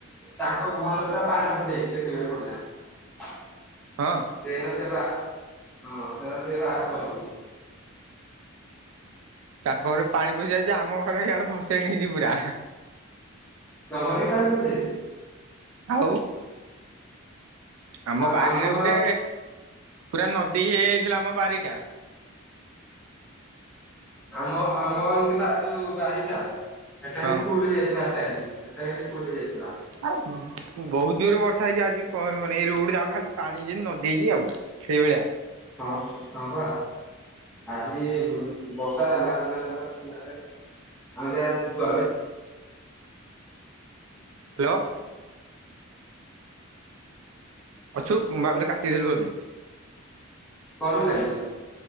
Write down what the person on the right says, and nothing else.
ହଁ।
ତାଙ୍କ ଘରେ ପାଣି ପଶି ଯାଇଛି ଆମ ଘର ଇଆଡେ ଭସେଇ ନେଇଛି ପୁରା।
ଆଉ। ଆମ
ବାରିରେ ଗୋଟେ ପୁରା ନଦୀ ହେଇଯାଇଥିଲା ଆମ ବାରିଟା।
ହଁ।
ଆଉ ବହୁତ ଜୋରରେ ବର୍ଷା ହେଇଛି ଆଜି କହନି କହନି ଏଇ ରୋଡ ଯାକ ଖାଲି ପାଣି ଯେ ନଦୀ କି ଆଉ। ସେଇଭଳିଆ।
ହାଲୋ। ଅଛୁ ମୁଁ ଭାବିଲି କାଟି ଦେଲୁ ବୋଧେ।